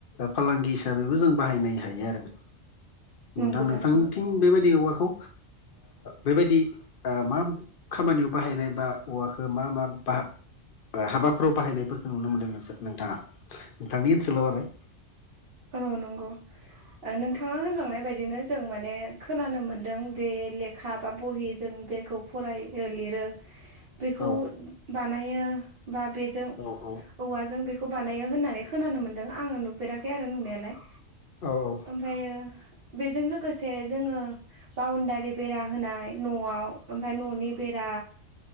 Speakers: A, on the left (about 55°); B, on the right (about 55°).
A: फालांगि हिसाबैबो जों बाहायनो हायो आरो बे
B: नंगौ
A: दा नोंथां
B: नंगौ
A: थिं बेबायदि औवाखौ बेबायदि मा खामानियाव बाहायनाय बा औवाखौ मा मा बाह हाबाफोराव बाहायनायफोरखौ नुनो मोनदों नोंसोर नोंथाङा नोंथांनि ओनसोलाव आरो
B: औ नंगौ नोंथाङा होनलांनाय बायदिनो जों माने खोनानो मोनदों जे लेखा बा बहिजों जे खौ लिरो बेखौ
A: औ
B: बानायो बा बेजों
A: औ औ
B: औवाजों बेखौ बानायो होननानै खोनानो मोन्दों आङो नुफेराखै आरो नुनायालाय
A: औ औ
B: ओमफ्रायो बेजों लोगोसे जोङो बाउण्डारि बेरा होनाय न'आव ओमफ्राय न'नि बेरा